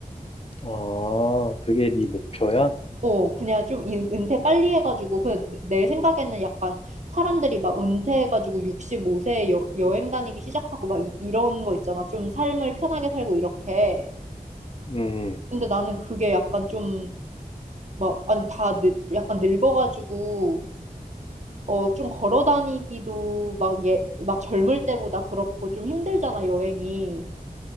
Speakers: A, on the left; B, on the right.
A: 아, 그게 네 목표야?
B: 어, 그냥 좀 인- 은퇴 빨리 해가지고, 그, 내 생각에는 약간 사람들이 막 은퇴해가지고 65세에 여, 여행 다니기 시작하고 막 이- 이런 거 있잖아. 좀 삶을 편하게 살고 이렇게.
A: 음,
B: 근데 나는 그게 약간 좀, 막, 아니, 다 늙, 약간 늙어가지고, 어, 좀 걸어 다니기도 막 예, 막 젊을 때보다 그렇고 좀 힘들잖아, 여행이.